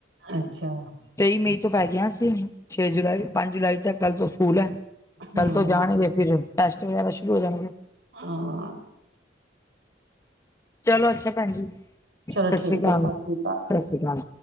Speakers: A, on the right; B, on the left.
A: ਅੱਛਾ।
B: ਤੇਈ ਮਈ ਤੋ ਪੈ ਗਿਆ ਸੀ, ਛੇ ਜੁਲਾਈ ਪੰਜ ਜੁਲਾਈ ਤੱਕ ਕੱਲ ਤੋ ਸਕੂਲ ਐ।
A: ਹੂੰ
B: ਕੱਲ ਤੋ ਜਾਣਗੇ ਫਿਰ ਟੈਸਟ ਵਗੈਰਾ ਸ਼ੁਰੂ ਹੋ ਜਾਣਗੇ।
A: ਹਾਂ।
B: ਚਲੋ ਅੱਛਾ ਭੈਣ ਜੀ,
A: ਚਲੋ
B: ਸਤਿ ਸ੍ਰੀ
A: ਠੀਕ
B: ਅਕਾਲ।
A: ਹੈ ਸਤਿ ਸ੍ਰੀ ਅਕਾਲ
B: ਸਤਿ ਸ੍ਰੀ ਅਕਾਲ।